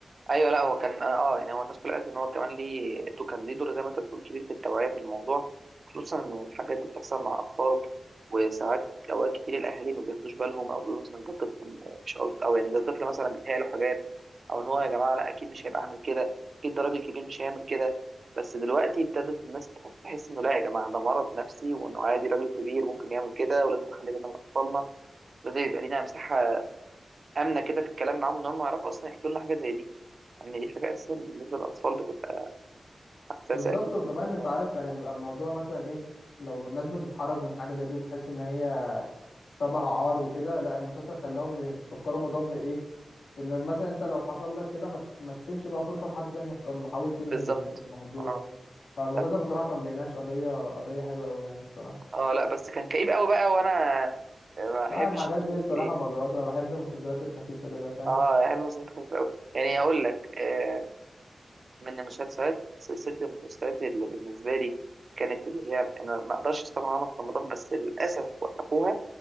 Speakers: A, on the right; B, on the left.
A: ايوه لا هو كان اه يعني هو الناس كلها قالت ان هو كمان ليه دو كان ليه دور زي ما انت بتقول كبير في التوعيه في الموضوع خصوصا ان الحاجات دي بتحصل مع اطفال وساعات اوقات كتير الاهالي ما بياخدوش بالهم او بيقولوا مثلا ده طفل مش قصد او يعني ده طفل مثلا بيتهيأ له حاجات او ان هو يا جماعه لا اكيد مش هيبقى عامل كده اكيد ده راجل كبير مش هيعمل كده بس دلوقتي ابتدت الناس تح- تحس انه لا يا جماعه ده مرض نفسي وانه عادي راجل كبير ممكن يعمل كده ولازم نخلي بالنا من اطفالنا ولازم يبقى لينا مساحه امنه كده في الكلام معاهم ان هم يعرفوا اصلا يحكوا لنا حاجه زي دي ان دي حاجه اساسا بالنسبه للاطفال بتبقى حساسه
B: بالظبط
A: اكيد
B: وكمان
A: جدا.
B: انت عارف يعني بيبقى الموضوع مثلا ايه لو الناس بتتحرج من حاجه زي دي وبتحس ان هي شبه عار وكده لا المسلسل خلاهم يفكروا الموضوع بايه بان مثلا انت لو حصل لك كده ما ت- ما تسيبش بقى فرصه لحد تاني يحصل له حاول تنهي
A: بالظبط
B: ال- الموضوع
A: اه
B: فالمسلسل
A: لا
B: بصراحه كان بيناقش قضيه قضيه حلوه قوي يعني الصراحه
A: اه لا بس كان كئيب قوي بقى وانا ما احبش
B: لا الحاجات
A: المسلسلات
B: دي الصراحه
A: الكئيبه
B: ما بقدرهاش انا بحب المسلسلات الخفيفه كده فاهم
A: اه يعني المسلسلات كانت قوي يعني اقول لك آه من المسلسلات سلسله المسلسلات اللي بالنسبه لي كانت اللي هي انا ما اقدرش استغنى عنها في رمضان بس للاسف وقفوها